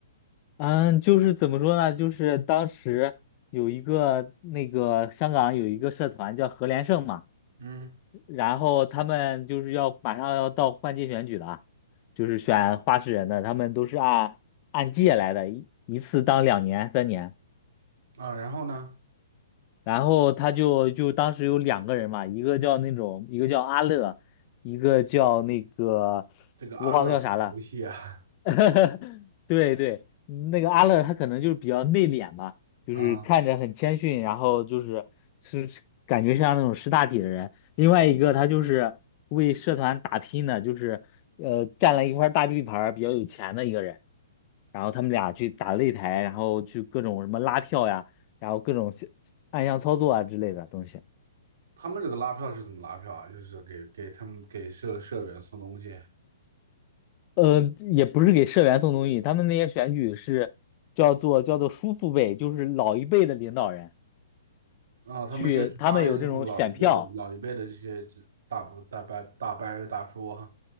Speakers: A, on the left; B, on the right.
A: 嗯，就是怎么说呢，就是当时有一个那个香港有一个社团叫何连胜嘛。
B: 嗯
A: 然后他们就是要马上要到换届选举了啊，就是选话事人的，他们都是按按届来的，一一次当两年、三年。
B: 啊，然后呢，
A: 然后他就就当时有两个人嘛，一个叫那种，一个叫阿乐，一个叫那个我忘了叫啥了，
B: 这个阿乐好熟悉啊。
A: <laughs> 对对，那个阿乐他可能就是比较内敛吧，就是看着很谦逊，
B: 啊，
A: 然后就是是是感觉像那种识大体的人。另外一个他就是为社团打拼的，就是呃占了一块大地盘儿，比较有钱的一个人。然后他们俩去打擂台，然后去各种什么拉票呀，然后各种小暗箱操作啊之类的东西。
B: 他们这个拉票是怎么拉票啊？就是给给他们给社社员送东西，
A: 呃，也不是给社员送东西，他们那些选举是叫做叫做叔父辈，就是老一辈的领导人。
B: 然后他们就去巴结这种老一辈的老一辈的这些这大伯大伯大伯大叔啊。
A: 去，他们有这种选票，